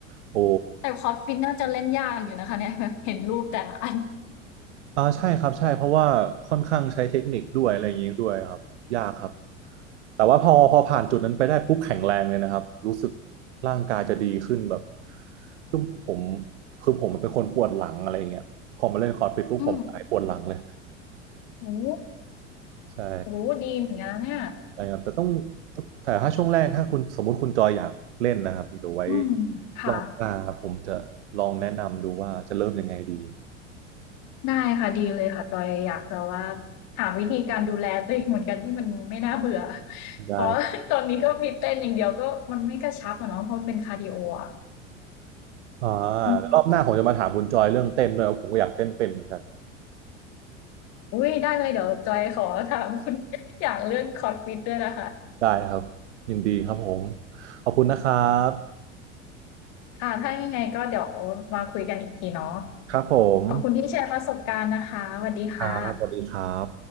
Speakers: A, on the right (about 65°); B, on the left (about 45°).
A: โอ้
B: แต่คอร์สฟิตน่าจะเล่นยากอยู่นะคะเนี่ย <laughs> เห็นรูปแต่ละอัน
A: อ่าใช่ครับใช่เพราะว่าค่อนข้างใช้เทคนิคด้วยอะไรอย่างนี้ด้วยครับยากครับแต่ว่าพอพอผ่านจุดนั้นไปได้ปุ๊บแข็งแรงเลยนะครับรู้สึกร่างกายจะดีขึ้นแบบคือผมคือผมเป็นคนปวดหลังอะไรอย่างเงี้ยพอมาเล่นคอร์ดฟิตปุ๊บผมหายปวดหลังเลย
B: อืม โอ้
A: ใช่
B: โหดีเหมือนกันนะเนี่ย
A: ใช่ครับแต่ต้องแต่ถ้าช่วงแรกถ้าคุณสมมุติคุณจอยอยากเล่นนะครับเดี๋ยวไว้
B: อืมค่ะ
A: รอบหน้าผมจะลองแนะนำดูว่าจะเริ่มยังไงดี
B: ได้ค่ะ ดีเลยค่ะจอยอยากจะว่าหาวิธีการดูแลตัวเองเหมือนกันที่มันไม่น่าเบื่อ
A: ได้
B: เพราะตอนนี้ก็มีเต้นอย่างเดียวก็มันไม่กระชับอะเนาะเพราะมันเป็นคาร์ดิโออ่ะ
A: อ่า
B: อืม
A: เดี๋ยวรอบหน้าผมจะมาถามคุณจอยเรื่องเต้นด้วยว่าะผมก็อยากเต้นเป็นเหมือนกัน
B: อุ้ยได้เลยเดี๋ยวจอยขอถามคุณ <laughs> อย่างเรื่องคอร์สฟิตด้วยนะคะ
A: ได้ครับยินดีครับผมขอบคุณนะครับ
B: ค่ะถ้ายังไงก็เดี๋ยวมาคุยกันอีกทีเนาะ
A: ครับผม
B: ขอบคุณที่แชร์ประสบการณ์นะคะสวัสดีค่ะ
A: ครับบสวัสดีครับ